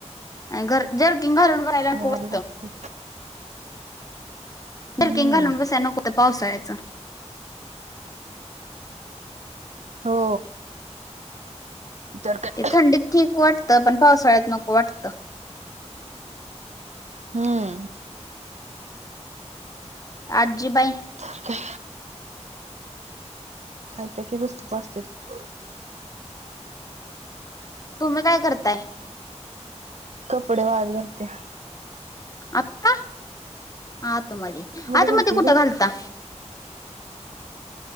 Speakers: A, on the left (about 30°); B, on the right (about 70°).
A: आणि घर जर्किन घालून भरायला
B: गार
A: कोण होतं.
B: लागते हम्म
A: जरकि घालून बसय नकं त्या पाऊससाडयचं.
B: हो, तर कान.
A: ते थंडीत ठीक वाटतं पण पावसाळ्यात नको वाटतं.
B: हम,
A: आजी बाई.
B: तर काय हाय त्या की पुस्तक वाचतात त्या.
A: तुम्ही काय करताय.
B: कपडे बाळत घालत्या.
A: आता आतमध्ये आतमध्ये
B: घालते
A: कुठं
B: ग
A: घालता.